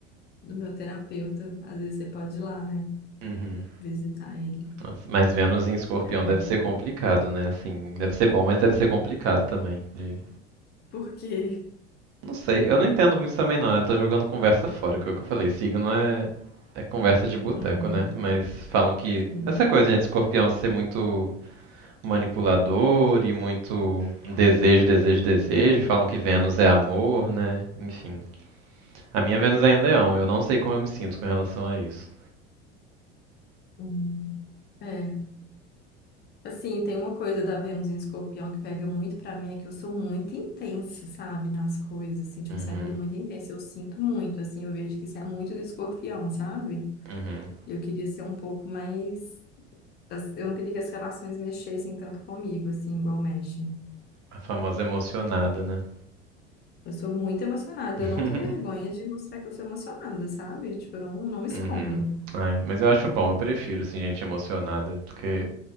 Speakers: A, on the left; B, on the right.
A: do meu terapeuta. Às vezes você pode ir lá, né?
B: uhum.
A: Visitar ele.
B: Nossa, mas Vênus em Escorpião
A: É.
B: deve ser complicado, né? Assim, deve ser bom, mas deve ser complicado também. de-
A: Por quê?
B: Não sei, eu não entendo muito também não. Eu tô jogando conversa fora, que é o que eu falei. Signo é, é conversa de boteco,
A: Uhum,
B: né? Mas falam que
A: sim.
B: essa coisa, né, de Escorpião ser muito manipulador e muito desejo, desejo, desejo. Falam que Vênus é amor, né? Enfim, A minha Vênus é em Leão, eu não sei como eu me sinto com relação a isso.
A: Hum. É. Assim, tem uma coisa da Vênus em Escorpião que pega muito pra mim, é que eu sou muito intensa, sabe? Nas coisas, assim, tipo,
B: Uhum,
A: assim, é tudo muito intenso. Eu sinto muito, assim, eu vejo que isso é muito do Escorpião, sabe?
B: uhum.
A: Eu queria ser um pouco mais. as- Eu não queria que as relações mexessem tanto comigo, assim, igual mexem.
B: A famosa emocionada, né?
A: Eu sou muito emocionada,
B: <laughs>
A: eu não tenho vergonha de mostrar que eu sou emocionada, sabe? Tipo, eu não, não me escondo.
B: Uhum. Ai, mas eu acho bom, eu prefiro, assim, gente emocionada, porque